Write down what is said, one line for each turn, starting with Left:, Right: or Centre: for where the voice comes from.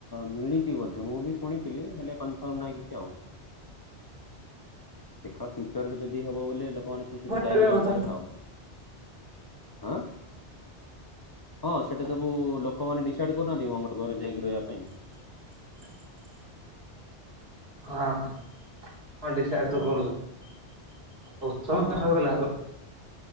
Left: ମିଳିଛି ବୋଧେ ମୁଁ ବି ଶୁଣିଥିଲି ହେଲେ କନଫର୍ମ ନାହିଁ କିଛି ଆଉ। ଦେଖବା ଫ୍ୟୁଚର ରେ ଯଦି ହବ ବୋଲେ ଲୋକମାନେ ସୁବୁ ସୁଠାକୁ ଯାଇକି
Right: କରିବା
Left: ରହିପାରିବା
Right: କଥା
Left: ଆଉ। ଆଁ ହଁ ସେଟି ସବୁ ଲୋକମାନେ ଡିସାଇଡ କରୁନାହାନ୍ତି ମଙ୍ଗଳ ଗ୍ରହରେ ଯାଇକି ରହିବା ପାଇଁ।
Right: <inaudible> ହଁ ହଁ ଡିସାଇଡ
Left: ହଁ
Right: ତ କରୁଛ ସମୟ
Left: ହଁ
Right: ହେଇଗଲା।